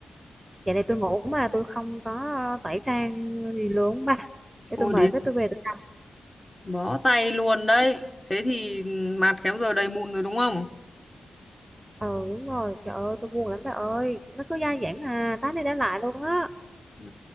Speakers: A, on the right; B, on the left.
A: vậy này tôi ngủ mà tôi không có à, tẩy trang gì luôn ba để
B: ôi
A: tôi mời
B: đến
A: với tôi về được không
B: bó tay luôn đấy thế thì mặt khéo giờ đầy mụn rồi đúng không
A: ờ đúng rồi trời ơi tôi buồn lắm ba ơi nó cứ dai dẳng à tá đi tá lại luôn á
B: ừ,